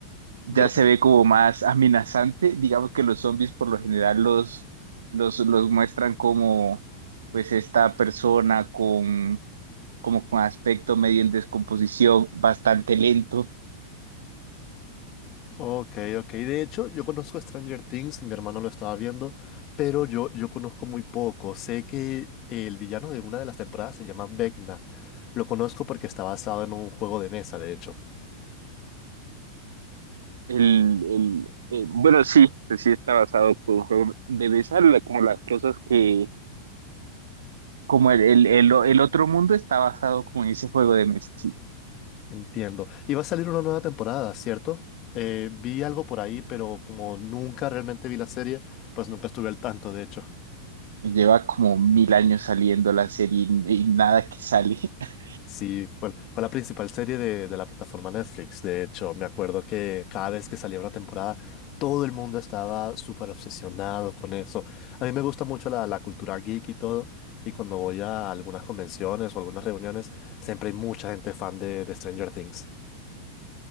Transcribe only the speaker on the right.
ya
se ve como más amenazante. Digamos que los zombies por lo general los, los, los muestran como pues esta persona con como con aspecto medio en descomposición, bastante lento.
El, el, eh, bueno, sí, pues sí está basado por un juego de besar, la- como las cosas que... Como el, el, el, el otro mundo está basado como en ese juego de mesa, sí.
Lleva como mil años saliendo la serie y, y nada que sale. <laughs>